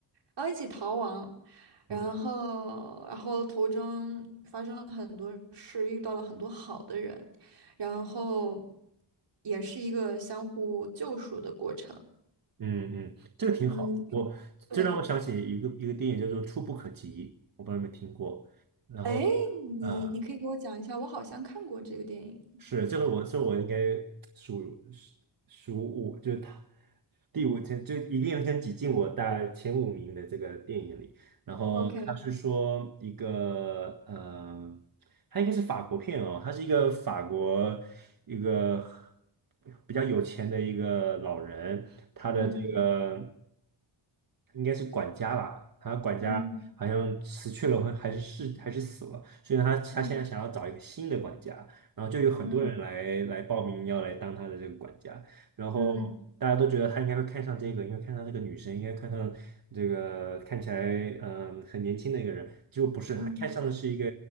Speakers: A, on the right (about 65°); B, on the right (about 50°).
A: 然后一起逃亡，然后然后途中发生了很多事，
B: 嗯
A: 遇到了很多好的人，然后也是一个相互救赎的过程。
B: 嗯嗯，这个挺好。
A: 嗯，
B: 我这让我想起一个一个电影叫做《触不可及》，
A: 对，
B: 我不知道你们听过。然后，
A: 哎，你你可以给我讲一下，
B: 啊、
A: 我好像看过这个电影。
B: 是，这个我，是我应该数数数五，就是他第五天，就一定要先挤进我大概前五名的这个电影里。然后他是说一个呃，
A: OK，
B: 他应该是法国片哦，他是一个法国一个比较有钱的一个老人，他的这个
A: 嗯
B: 应该是管家吧，他管家好像辞去了，
A: 嗯
B: 还是是还是死了，所以他他现在想要找一个新的管家。
A: 嗯
B: 然后就有很多人来来报名要来当他的这个管家，
A: 嗯
B: 然后大家都觉得他应该会看上这个，
A: 嗯
B: 因为看上这个女生，应该看上这个看起来嗯、很年轻的一个人，结果不是，
A: 嗯
B: 他看上的是一个